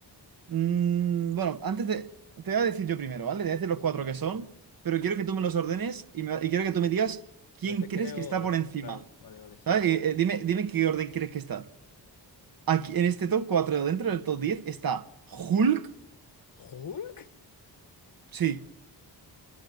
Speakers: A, on the right; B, on the left.
A: mm, bueno, antes de- te voy a decir yo primero, ¿vale? Te voy a decir los cuatro que son, pero quiero que tú me los ordenes y, me- y quiero que tú me digas quién
B: Los que
A: crees
B: creo,
A: que está
B: los,
A: por encima,
B: claro, vale, vale, sí.
A: ¿sabes? Y, eh, dime, dime qué orden crees que está. Aquí, en este top 4 dentro del top diez está Hulk.
B: ¿Hulk?
A: Sí,